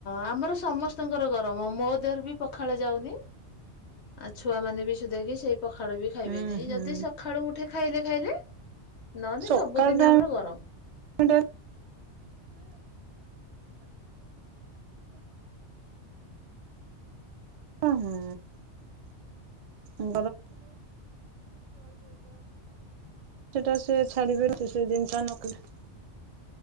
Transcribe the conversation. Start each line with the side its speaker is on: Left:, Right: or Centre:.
Left: ଆମର ସମସ୍ତଙ୍କର ଗରମ ମୋ ଦେହରେ ବି ପକ୍ ପଖାଳ ଯାଉନି। ଆ ଛୁଆ ମାନେ ବି ସୁଧା କିି ସେଇ ପଖାଳ ବି ଖାଇବେନି
Right: ହୁଁ
Left: ଏଇ
Right: ହୁଁ
Left: ଯଦି ସ ଖାଳୁ ମୁଠେ ଖାଇଲେ ଖାଇଲେ ନହେଲେ
Right: ସକାଳ
Left: ସବୁଦିନ
Right: ଟାଇମ
Left: ଆମର ଗରମ୍।
Right: ଟା ଉଁ ହୁଁ। <inaudible> ସେଟା ସେ ଛାଡିିବେନି ସେ ସବୁ ଜିନିଷ ନ କଲେ।